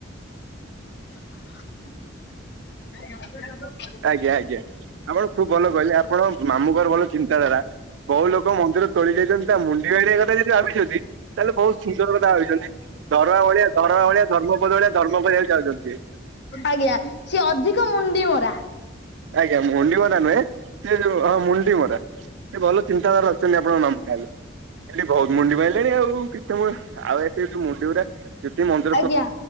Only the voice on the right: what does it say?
ଆଜ୍ଞା ଆଜ୍ଞା ଆପଣ ଖୁବ ଭଲ କହିଲେ ଆପଣ ମାମୁଙ୍କର ଭଲ ଚିନ୍ତାଧାରା। ବହୁ ଲୋକ ମନ୍ଦିର ତୋଳି ଯାଇଛନ୍ତି ତା ମୁଣ୍ଡି ମାରିବା କଥା ଯଦି ଭାବିଛନ୍ତି ତାହେଲେ ବହୁତ ସୁନ୍ଦର କଥା ଭାବିଛନ୍ତି। ଧରମା ଭଳିଆ ଧରମା ଭଳିଆ ଧର୍ମପଦ ଭଳିଆ ଧର୍ମ କରିବାକୁ ଜାଉଛନ୍ତି ସିଏ।
ଆଜ୍ଞା ମୁଣ୍ଡି ମରା ନୁହେଁ ସେ ଯୋଉ ହଁ ମୁଣ୍ଡି ମରା। ସେ ଭଲ ଚିନ୍ତାଧାର ଅଛନ୍ତି ଆପଙ୍କ ମାମୁଁ ତାହାଲେ। ଖାଲି ବହୁତ ମୁଣ୍ଡି ମାଇଲେଣି ଆଉ କେତେ ମୂ ଆଉ ଏ ସେ ଯଉ ମୁଣ୍ଡି ଉରା ଯେତିକି ମନ୍ଦି